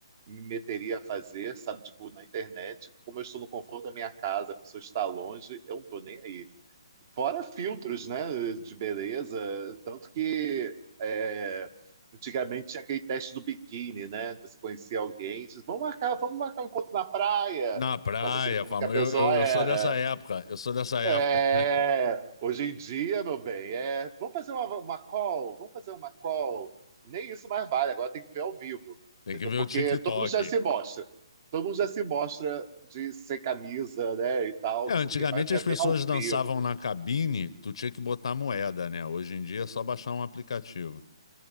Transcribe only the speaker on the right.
me meteria a fazer, sabe? Tipo, na internet, como eu estou no conforto da minha casa, a pessoa está longe, eu não estou nem aí. Fora filtros, né, de beleza, tanto que é, antigamente tinha aquele teste do biquíni, né? Você conhecia alguém, diz, vamos marcar, vamos marcar um encontro na praia,
para você ver como
que a pessoa
era.
É,
hoje em dia, meu bem, é, vamos fazer uma, uma call, vamos fazer uma call. Nem isso mais vale, agora tem que ver ao vivo,
entendeu?
Porque
todo mundo já se mostra. Todo mundo já se mostra de sem camisa, né, e tal,
não
sei o quê, mas eu quero
ver ao vivo.